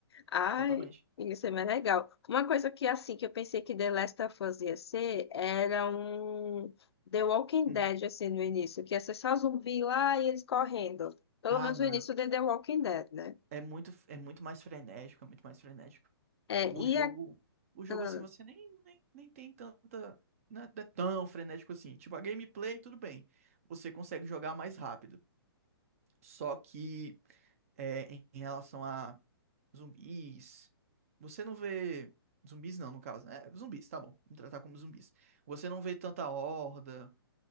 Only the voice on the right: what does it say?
Totalmente.
Uhum.
Ah,
não,
é muito, é muito mais frenético, é muito mais frenético.
O jogo,
o jogo
assim, você nem, nem, nem tem tanta, não é tão frenético assim. Tipo, a gameplay, tudo bem, você consegue jogar mais rápido. Só que é, em em relação a zumbis, você não vê zumbis não, no caso, né? Zumbis, tá bom, vamos tratar como zumbis. Você não vê tanta horda,